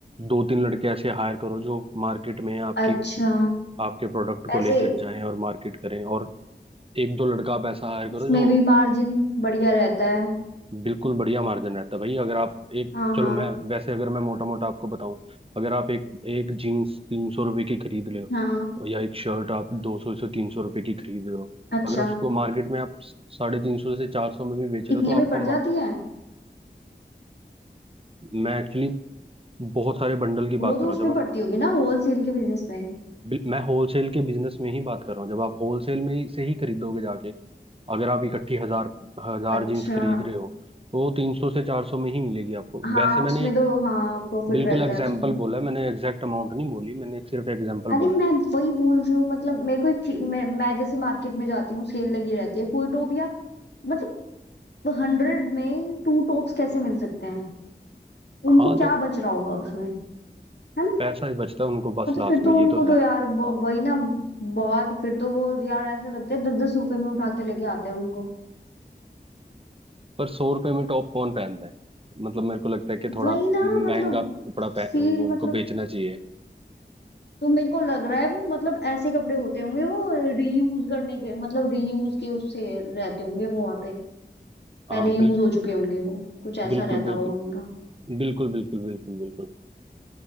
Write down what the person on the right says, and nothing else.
दो तीन लड़के ऐसे हायर करो जो मार्केट में आपकी
आपके प्रोडक्ट
को लेकर जाएं और मार्केट करें और एक दो लड़का आप ऐसा हायर करो
जो
बिल्कुल बढ़िया मार्जिन रहता है भाई अगर आप एक
चलो
मैं वैसे अगर मैं मोटा मोटा आपको बताऊं अगर आप एक एक जीन्स तीन सौ रुपये की खरीद रहे हो
और या एक शर्ट आप दो सौ से तीन सौ रुपये की खरीद रहे हो
अगर उसको मार्केट में आप साढ़े तीन सौ से चार सौ में भी बेच रहे
हो तो आपका
मा-
मैं एक्चुअली बहुत सारे बंडल की
बात
कर रहा
हूँ जब
आप
बिल- मैं होलसेल के बिजनेस में ही बात कर रहा हूँ जब आप होलसेल में ही- से ही खरीदोगे जाके अगर आप इकट्ठी हजार हजार
जीन्स खरीद रहे हो तो तीन सौ से चार सौ में ही मिलेगी आपको
वैसे मैंने
बिल्कुल
एग्जाम्पल
बोला है मैंने एग्जैक्ट अमाउंट नहीं बोली मैंने एक सिर्फ एग्जाम्पल
बोला
है
हाँ
तो
पैसा ही बचता है उनको बस
लास्ट
में
ये
तो
है
पर सौ रुपए में टॉप कौन पहनता है मतलब मेरे को लगता है कि थोड़ा
महंगा
कपड़ा
पह वो उनको
बेचना चाहिए
हाँ
बिल,
बिल्कुल
बिल्कुल
बिल्कुल बिल्कुल बिल्कुल बिल्कुल